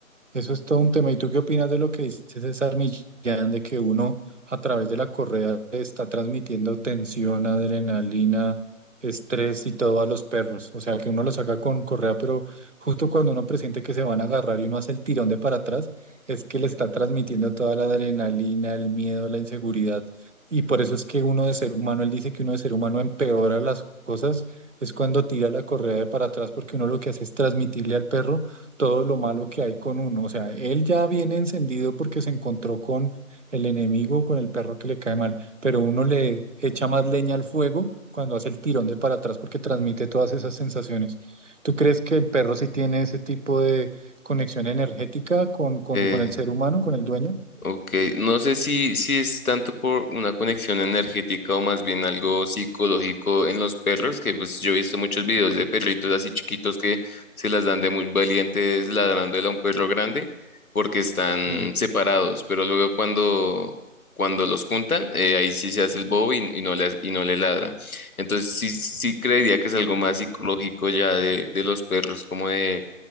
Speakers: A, on the right (about 60°); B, on the left (about 80°).
A: Eso es todo un tema. ¿Y tú qué opinas de lo que dice César Millán, de que uno a través de la correa le está transmitiendo tensión, adrenalina, estrés y todo a los perros? O sea, que uno lo saca con correa, pero justo cuando uno presiente que se van a agarrar y uno hace el tirón de para atrás, es que le está transmitiendo toda la adrenalina, el miedo, la inseguridad. Y por eso es que uno de ser humano, él dice que uno de ser humano empeora las cosas, es cuando tira la correa de para atrás, porque uno lo que hace es transmitirle al perro todo lo malo que hay con uno. O sea, él ya viene encendido porque se encontró con el enemigo, con el perro que le cae mal, pero uno le echa más leña al fuego cuando hace el tirón de para atrás porque transmite todas esas sensaciones. ¿Tú crees que el perro sí tiene ese tipo de conexión energética con, con,
B: Eh,
A: con el ser humano, con el dueño?
B: Ok, no sé si, si es tanto por una conexión energética o más bien algo psicológico en los perros, que pues yo he visto muchos videos de perritos así chiquitos que se las dan de muy valientes ladrándole a un perro grande porque están
A: Mm.
B: separados, pero luego cuando, cuando los juntan, eh, ahí sí se hace el bobo y, y no le, y no le ladra. Entonces sí, sí creería que es algo más psicológico ya de, de los perros, como de